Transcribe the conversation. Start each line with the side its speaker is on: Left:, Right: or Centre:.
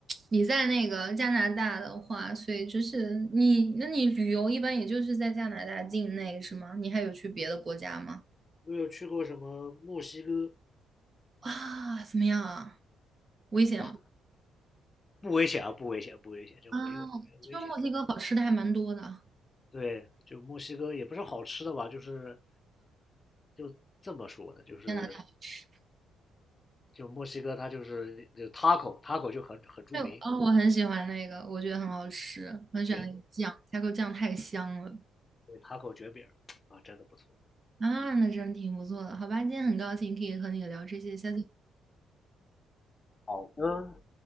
Right: 你在那个加拿大的话，所以就是你，那你旅游一般也就是在加拿大境内是吗？你还有去别的国家吗？
Left: 我有去过什么墨西哥？
Right: 啊，怎么样啊？危险吗？
Left: 哇，不危险啊，不危险，不危险，就没有没有危险。
Right: 啊，听说墨西哥好吃的还蛮多的啊，
Left: 对，就墨西哥也不是好吃的吧，就是就这么说的，就是
Right: 加拿大好吃。
Left: 就墨西哥它就是就 taco，taco 就很很著名，
Right: 对，哦，我很喜欢那个，我觉得很好吃，我很喜欢那个酱
Left: 卷饼，
Right: t a 酱太香了
Left: 对，taco 卷饼啊，真的不错。
Right: 啊，那真挺不错的。好吧，今天很高兴可以和你聊这些，下次。
Left: 好的，